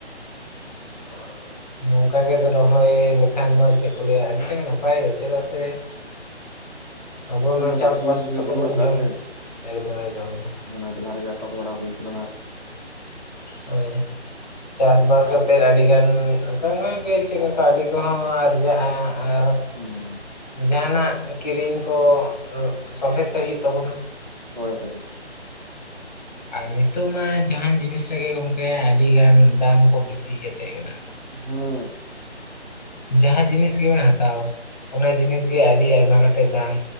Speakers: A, on the right; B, in the centre.
A: <unintelligible>
B: ᱱᱚᱝᱠᱟ ᱜᱮ ᱨᱚᱦᱚᱭ ᱞᱮᱠᱷᱟᱱ ᱫᱚ ᱪᱮᱫ ᱠᱚ ᱞᱟᱹᱭᱟ ᱟᱹᱰᱤ ᱛᱮᱫ ᱱᱟᱯᱟᱭᱚᱜᱼᱟ ᱪᱮᱫᱟᱜ ᱥᱮ ᱟᱵᱚ
A: ᱱᱤᱛᱚᱜ
B: ᱱᱚᱣᱟ
A: ᱫᱚ
B: ᱪᱟᱥᱵᱟᱥ
A: ᱫᱟᱜ ᱡᱟ. ᱲᱤ ᱠᱚᱜᱮ
B: ᱠᱟᱛᱮ
A: ᱵᱟᱱᱩᱜ
B: ᱵᱚᱱ
A: ᱟᱠᱟᱜ-ᱟ
B: ᱡᱚᱢ
A: ᱥᱮ,
B: ᱮᱠᱫᱚᱢ ᱮᱠᱫᱚᱢ ᱮᱠᱫᱚᱢ ᱾
A: ᱚᱱᱟ ᱡᱮᱞᱟ ᱨᱮᱜᱮ ᱟᱴᱚᱠ ᱵᱟᱲᱟ ᱦᱩᱭ ᱠᱟᱱᱟ ᱱᱟᱜ,
B: ᱦᱳᱭ ᱪᱟᱥᱵᱟᱥ ᱠᱟᱛᱮ ᱟᱹᱰᱤ ᱜᱟᱱ ᱚᱱᱠᱟ ᱠᱟ ᱜᱮ ᱪᱮᱫᱠᱟ ᱟᱹᱰᱤ ᱠᱚᱦᱚᱸ ᱟᱨᱡᱟᱜᱼᱟ ᱟᱨ
A: ᱦᱮᱸ,
B: ᱡᱟᱦᱟᱱᱟᱜ ᱠᱤᱨᱤᱧ ᱠᱚ ᱥᱚᱞᱦᱮ ᱛᱮ ᱦᱩᱭᱩᱜ ᱛᱟᱵᱚᱱᱟ᱾
A: ᱦᱳᱭ ᱦᱳᱭ,
B: ᱟᱨ ᱱᱤᱛᱚᱜ ᱢᱟ ᱡᱟᱦᱟᱱ ᱡᱤᱱᱤᱥ ᱨᱮᱜᱮ ᱜᱚᱝᱠᱮ ᱟᱹᱰᱤ ᱜᱟᱱ ᱫᱟᱢ ᱠᱚ ᱵᱤᱥᱤ ᱠᱟᱛᱮᱜ ᱛᱟᱦᱮᱸᱱᱟ᱾
A: ᱦᱩ,
B: ᱡᱟᱦᱟᱸ ᱡᱤᱱᱤᱥ ᱜᱮᱵᱮᱱ ᱦᱟᱛᱟᱣ ᱚᱱᱟ ᱡᱤᱱᱤᱥ ᱜᱮ ᱟᱹᱰᱤ ᱟᱭᱢᱟ ᱠᱟᱛᱮ ᱫᱟᱢ,